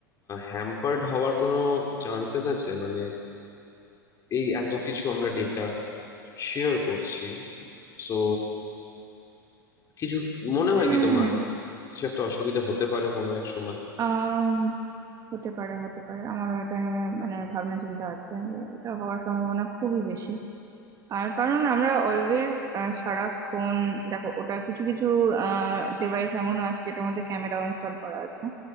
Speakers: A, on the left; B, on the right.
A: হ্যাম্পার্ড হওয়ার কোনো চান্সেস আছে মানে এই এত কিছু আমরা ডেটা শেয়ার করছি সো কিছু মনে হয়
B: হুম
A: কি তোমার কিছু একটা অসুবিধা হতে পারে কোনো এক সময়
B: আম হতে পারে হতে পারে আমার এটা নিয়ে মানে ভাবনা চিন্তা আছে যে এটা হওয়ার সম্ভাবনা খুবই বেশি আর কারণ আমরা অলওয়েজ সারাক্ষণ দেখো ওটা কিছু কিছু আহ ডিভাইস এমন আছে যেটার মধ্যে ক্যামেরাও ইনস্টল করা আছে